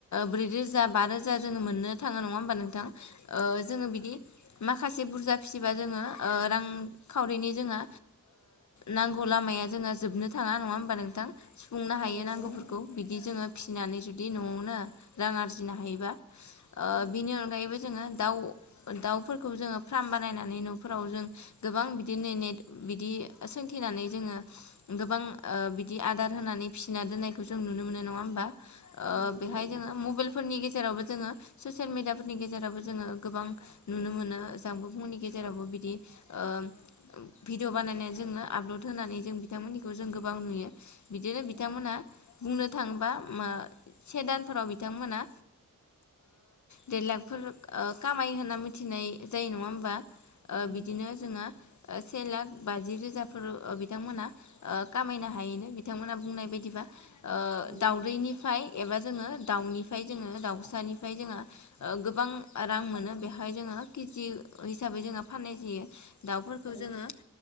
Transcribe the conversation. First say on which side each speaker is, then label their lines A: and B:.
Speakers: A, on the left; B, on the right.
A: ब्रै रोजा बा रोजा जोङो मोननो थाङो नङा होमबा नोंथाङा ओ जोङो बिदि माखासे बुरजा फिबा जोङो रांखावरिनि जोंहा नांगौ लामाया जोंहा जोबनो थाङा नङा होमबा नोंथां सुफुंनो
B: औ
A: हायो
B: नंगौ
A: नांगौफोरखौ बिदि जोङो फिसिनानै जुदि नआवनो रां आरजिनो हायोबा ओ
B: औ
A: बिनि अनगायबो जोङो दाउ दाउफोरखौ जोङो फार्म बानायनानै नफोराव जों गोबां बिदिनो नेट बिदि सोंथिनानै जोङो गोबां बि बिदि आदार होनानै फिसिना दोननायखौ जों नुनो मोनो नङा होमबा
B: औ नंगौ
A: बेहाय जोङो मबाइल फोरनि गेजेराव जेरावबो जोङो ससिल मिडिया फोरनि गेजेरावबो जोङो गोबां नुनो मोनो जामबुंफुंनि गेजेरावबो बिदि ओ भिडिअ बानायनाय जोंनो आपलड होनानै जों बिथांमोननिखौ जों गोबां नुयो बिदिनो
B: औ
A: बिथांमोना
B: औ
A: बुंनो थाङोबा से दानफोराव बिथांमोना देर लाखफोर खामायो होनना मिथिनाय जायो नङा होमबा
B: ओ
A: बिदिनो जोङो से लाख बाज रोजाफोर बिथांमोना खामायनो हायोनो बिथांमोना बुंनाय बायदिबा ओ
B: नंगौ
A: दाउदैनिफ्राय एबा जोङो दाउनिफ्राय जोङो दाउसानिफ्राय जोङो गोबां रां मोनो बेहाय जोङो केजि हिसाबै जोङो फाननाय जायो दाउफोरखौ
B: औ नंगौ औ
A: जोङो